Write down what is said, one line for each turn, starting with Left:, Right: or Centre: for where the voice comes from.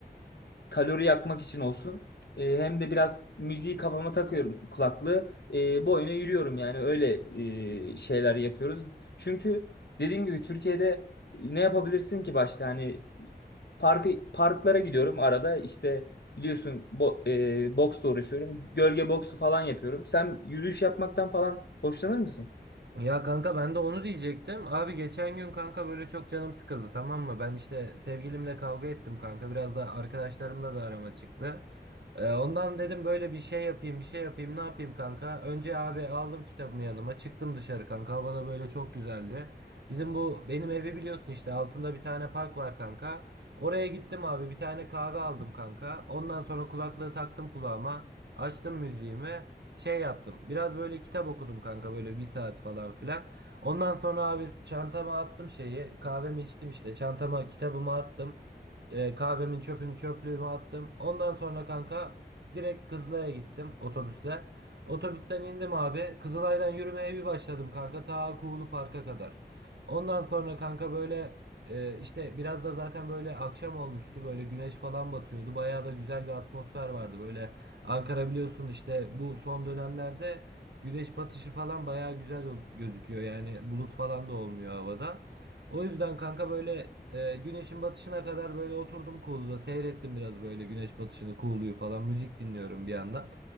Left: kalori yakmak için olsun. E, hem de biraz müziği kafama takıyorum kulaklığı. E, boyuna yürüyorum yani öyle e, şeyler yapıyoruz. Çünkü dediğim gibi Türkiye'de ne yapabilirsin ki başka? Hani parkı, parklara gidiyorum arada işte biliyorsun bo, e, boksla uğraşıyorum. Gölge boksu falan yapıyorum. Sen yürüyüş yapmaktan falan hoşlanır mısın?
Right: Ya kanka ben de onu diyecektim. Abi geçen gün kanka böyle çok canım sıkıldı tamam mı? Ben işte sevgilimle kavga ettim kanka. Biraz da arkadaşlarımla da arama çıktı. Ee, ondan dedim böyle bir şey yapayım bir şey yapayım ne yapayım kanka. Önce abi aldım kitabımı yanıma çıktım dışarı kanka. Hava da böyle çok güzeldi. Bizim bu benim evi biliyorsun işte altında bir tane park var kanka. Oraya gittim abi bir tane kahve aldım kanka. Ondan sonra kulaklığı taktım kulağıma. Açtım müziğimi şey yaptım. Biraz böyle kitap okudum kanka böyle bir saat falan filan. Ondan sonra abi çantama attım şeyi. Kahvemi içtim işte. Çantama kitabımı attım. Ee, kahvemin çöpünü çöplüğüme attım. Ondan sonra kanka direkt Kızılay'a gittim otobüsle. Otobüsten indim abi. Kızılay'dan yürümeye bir başladım kanka. Ta Kuğulu Park'a kadar. Ondan sonra kanka böyle e, işte biraz da zaten böyle akşam olmuştu. Böyle güneş falan batıyordu. Bayağı da güzel bir atmosfer vardı. Böyle Ankara biliyorsun işte bu son dönemlerde güneş batışı falan bayağı güzel o- gözüküyor. Yani bulut falan da olmuyor havada. O yüzden kanka böyle e, güneşin batışına kadar böyle oturdum Kuğulu'da seyrettim biraz böyle güneş batışını Kuğulu'yu falan müzik dinliyorum bir yandan.